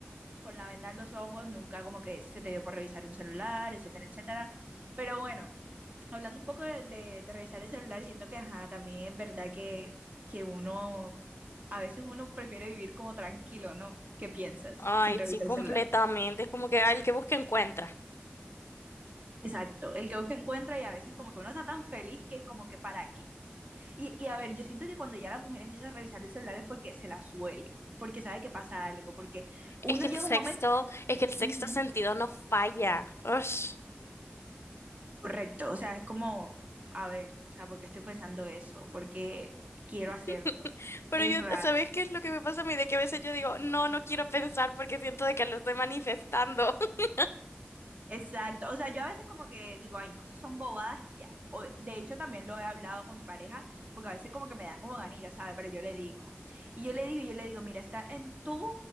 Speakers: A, on the right (about 35°); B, on the left (about 80°).
A: con la venda en los ojos, nunca como que se te dio por revisar un celular, etcétera, etcétera, pero bueno. Hablando un poco de, de- de revisar el celular, siento que, ajá, también es verdad que, que uno a veces uno prefiere vivir como tranquilo, ¿no? ¿Qué piensas?
B: Ay,
A: Sin revisar
B: sí, completamente.
A: el celular.
B: Es como que ay, el que busca encuentra.
A: Exacto, el que busca encuentra y a veces como que uno está tan feliz que como que para aquí. Y, y a ver, yo siento que cuando ya la mujer empieza a revisar el celular es porque se la suele, porque sabe que pasa algo, porque uno
B: Es que
A: llega
B: el sexto,
A: un momento,
B: es que el sexto
A: ujú,
B: sentido no falla. Ush.
A: correcto, o sea, es como, a ver, o sea, ¿por qué estoy pensando eso? ¿Por qué quiero
B: <laughs>
A: hacerlo?
B: Pero
A: Es
B: yo,
A: raro.
B: ¿sabes qué es lo que me pasa a mí? De que a veces yo digo, no, no quiero pensar porque siento de que lo estoy manifestando. <laughs>
A: Exacto, o sea, yo a veces como que digo, ay, no, eso son bobadas y ya. O, de hecho, también lo he hablado con mi pareja, porque a veces como que me dan como ganillas, ¿sabes? Pero yo le digo, y yo le digo, y yo le digo, mira, está en tu,